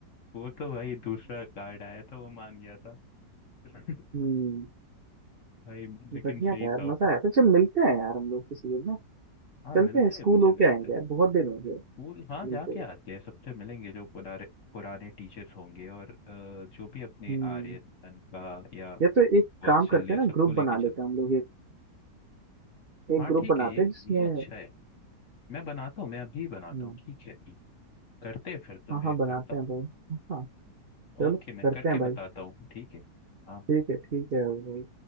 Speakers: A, on the left; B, on the right.
A: वो तो भाई दूसरा गार्ड आया था वो मान गया था <laughs>
B: हम्म
A: भाई लेकिन
B: बढ़िया
A: सही
B: था यार
A: था
B: मजा आया था चल मिलते हैं यार हम लोग किसी दिन ना
A: हाँ
B: चलते
A: मिलते
B: हैं स्कूल
A: हैं मुझे
B: होके
A: लगता
B: आएंगे
A: है
B: यार बहुत दिन हो
A: स्कूल
B: गए
A: हाँ
B: मिलते
A: जाके
B: हुए
A: आते हैं सबसे मिलेंगे जो पुराने पुराने टीचर्स होंगे और अ, जो भी अपने
B: हम्म
A: आर्यन का या
B: या तो एक काम
A: वात्सल्य
B: करते हैं ना
A: सबको
B: ग्रुप
A: लेके
B: बना
A: चलते
B: लेते हैं हम
A: हैं
B: लोग एक एक
A: हाँ
B: ग्रुप
A: ठीक
B: बनाते
A: है ये
B: हैं जिसमें
A: ये अच्छा है मैं बनाता हूँ मैं अभी बनाता
B: हम्म,
A: हूँ ठीक है करते हैं फिर तो
B: हाँ
A: मैं
B: हाँ बनाते
A: करता हूँ
B: हैं भाई हाँ चलो
A: ओके मैं
B: करते
A: करके
B: हैं भाई
A: बताता हूँ ठीक है हाँ
B: ठीक है ठीक है भाई